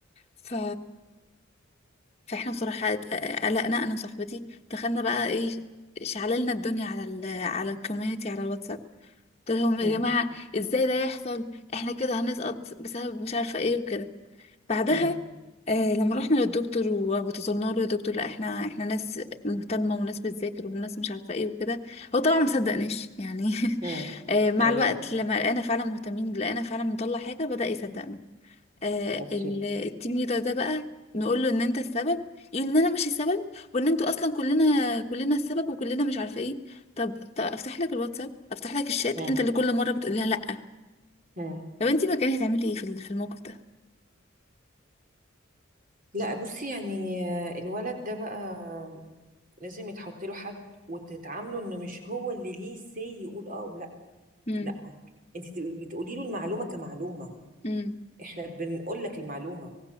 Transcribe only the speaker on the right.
م.
م.
م.
ايوه
اوكي
م.
م.
لا بصي يعني آه، الولد ده بقى لازم يتحط له حد وتتعاملوا انه مش هو اللي ليه سي يقول اه ولا
لا انت تبقي بتقولي له المعلومه كمعلومه
احنا بنقول لك المعلومه